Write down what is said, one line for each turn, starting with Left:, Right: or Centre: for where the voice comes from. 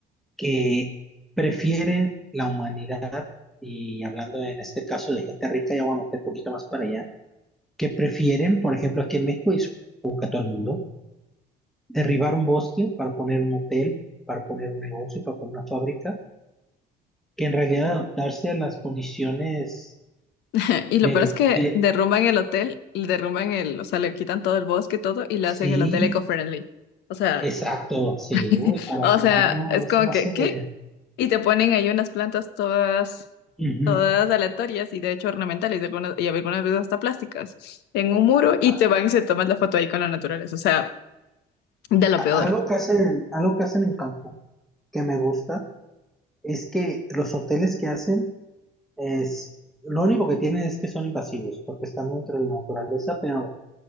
Centre: que prefieren la humanidad, y hablando en este caso de gente rica, ya voy a meter un poquito más para allá, que prefieren, por ejemplo, aquí en México y supongo que todo el mundo, derribar un bosque para poner un hotel, para poner un negocio, para poner una fábrica, que en realidad adaptarse a las condiciones
Left: <laughs> Y lo
Centre: del-
Left: peor es que
Centre: de...
Left: derrumban el hotel, derrumban el, o sea, le quitan todo el bosque, todo, y le hacen
Centre: Sí,
Left: el hotel eco-friendly. O sea,
Centre: exacto, sí,
Left: <laughs>
Centre: uy, para
Left: o
Centre: que
Left: sea,
Centre: no, no,
Left: es
Centre: no
Left: como
Centre: se me hace...
Left: que, ¿qué? Y te ponen ahí unas plantas todas,
Centre: Ujú.
Left: todas aleatorias y de hecho ornamentales, y algunas, y algunas veces hasta plásticas, en un muro y
Centre: A-
Left: te van y se toman la foto ahí con la naturaleza. O sea, de lo
Centre: a-
Left: peor.
Centre: Algo que hacen, algo que hacen en Cancún que me gusta Es que los hoteles que hacen es, lo único que tienen es que son invasivos, porque están dentro de la naturaleza, pero